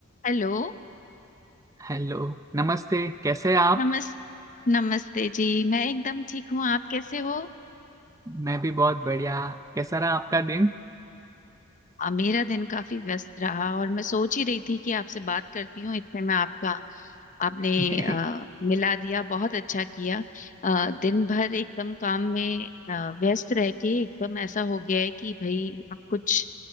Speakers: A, on the left; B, on the right.
A: Hello
B: Hello नमस्ते कैसे हैं आप
A: नमस नमस्ते जी मैं एकदम ठीक हूँ आप कैसे हो
B: मैं भी बहुत बढ़िया कैसा रहा आपका दिन
A: आ, मेरा दिन काफी व्यस्त रहा और मैं सोच ही रही थी कि आपसे बात करती हूँ इतने में आपका आपने
B: <laughs> नहीं
A: अ, मिला दिया बहुत अच्छा किया अ, दिन भर एकदम काम में अ, व्यस्त रह के एकदम ऐसा हो गया है कि भाई अब कुछ